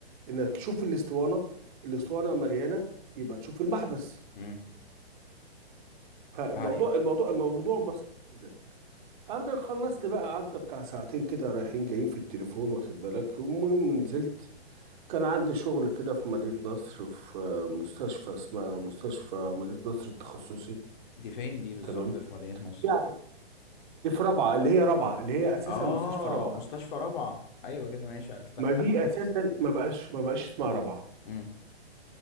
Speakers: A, on the right; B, on the left.
A: انك تشوف الاسطوانة الاسطوانة مليانة يبقى تشوف المحبس
B: امم
A: فالموضوع
B: دي حقيقة
A: الموضوع الموضوع بسيط جدا ابدا خلصت بقى قعدنا بتاع ساعتين كده رايحين جايين في التليفون واخد بالك المهم نزلت كان عندي شغل كده في مدينة نصر في مستشفى اسمها مستشفى مدينة نصر التخصصي
B: دي فين دي بالظبط
A: تمام
B: في مدينة نصر
A: يعني دي في رابعة اللي هي رابعة اللي هي اساسا
B: اه
A: مستشفى رابعة
B: مستشفى رابعة ايوه كده ماشي عرفتها
A: ما دي اساسا ما بقاش ما بقاش اسمها رابعة
B: امم